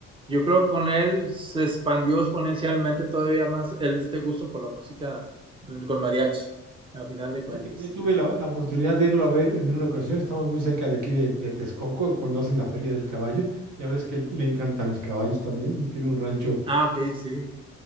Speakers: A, on the right (about 15°); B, on the right (about 80°).
A: yo creo que con él se expandió exponencialmente todavía más el, este gusto por la música mm, con mariachi, a final de cuentas.
B: Fíjate que yo tuve
A: sí.
B: la, la oportunidad de irlo a ver en una ocasión, estamos muy cerca de aquí de, de Texcoco, cuando hacen la Feria del Caballo, ya ves que él- le encantan los caballos también, tiene un rancho.
A: Ah, ok, sí.